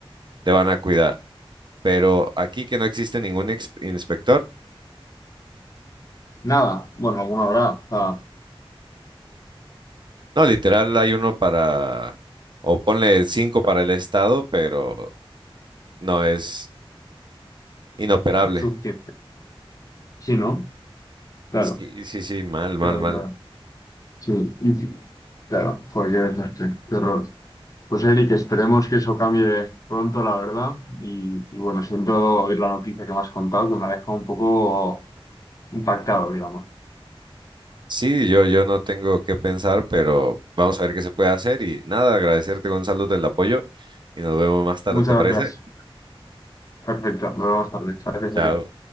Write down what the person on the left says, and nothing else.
Nada, bueno, alguna habrá, o sea,
suficiente. Sí, ¿no? Claro,
claro,
claro. Sí, y- sí, claro, pues qué desastre, qué horror. Pues Eric, esperemos que eso cambie pronto, la verdad. Y, y bueno, siento oír la noticia que me has contado, que me ha dejado un poco impactado, digamos.
Muchas
gracias. Perfecto, nos vemos tarde. Gracias,
Eric.